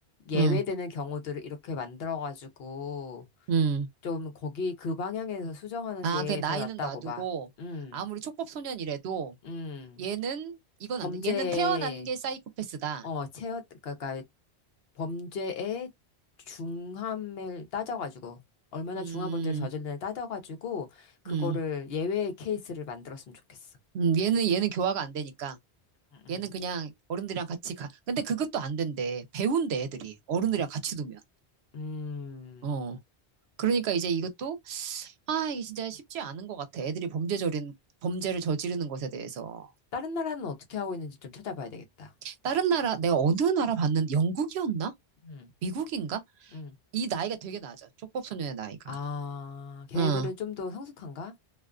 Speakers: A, on the left (about 65°); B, on the right (about 75°).
A: 예외되는
B: 어,
A: 경우들을 이렇게 만들어가지고
B: 음.
A: 좀 거기 그 방향에서 수정하는
B: 아,
A: 게
B: 그 나이는
A: 더 낫다고
B: 놔두고,
A: 봐. 음,
B: 아무리 촉법소년이라도,
A: 음.
B: 얘는 이건
A: 범죄에,
B: 안 돼. 얘는 태어난 게 사이코패스다.
A: 어, 체워 그러니까 범죄의 중함을 따져가지고 얼마나
B: 음,
A: 중한 범죄를 저질렀나 따져가지고 그거를
B: 음,
A: 예외의 케이스를 만들었으면 좋겠어.
B: 음, 얘는 얘는 교화가 안 되니까.
A: 음, 음.
B: 얘는 그냥 어른들이랑 같이 가. 근데 그것도 안 된대. 배운대 애들이 어른들이랑 같이 두면.
A: 음,
B: 어. 그러니까 이제 이것도 아 이게 진짜 쉽지 않은 것 같아. 애들이 범죄저린 범죄를 저지르는 것에 대해서.
A: 다른 나라는 어떻게 하고 있는지 좀 찾아봐야 되겠다.
B: 다른 나라 내가 어느 나라 봤는데 영국이었나?
A: 음,
B: 미국인가?
A: 음.
B: 이 나이가 되게 낮아. 쪽법소년의 나이가.
A: 아, 걔네들은
B: 어.
A: 좀 더 성숙한가?